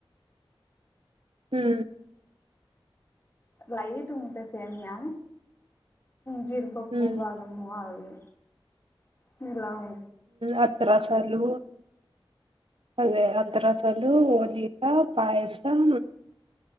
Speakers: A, on the right; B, on the left.
A: హ్
B: లైట్ ఉంట సేమియా జీడిపప్పు
A: ఉమ్
B: బాదము ఆవి మీలావు
A: అత్త రసాలు అదే అత్త రసాలు ఇకా పయసం